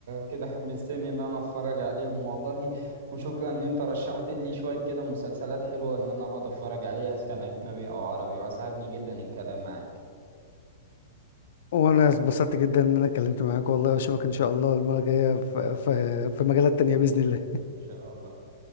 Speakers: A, on the right; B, on the left.
A: كده حمستني ان انا اتفرج عليهم والله وشكرا ان انت رشحت لي شوية كده مسلسلات حلوة ان انا اقعد اتفرج عليها سواء كان اجنبي او عربي واسعدني جدا الكلام معاك
B: وانا اتبسطت جدا ان انا اتكلمت معاك والله واشوفك ان شاء الله المره الجايه في في في مجالات تانية باذن الله
A: ان شاء الله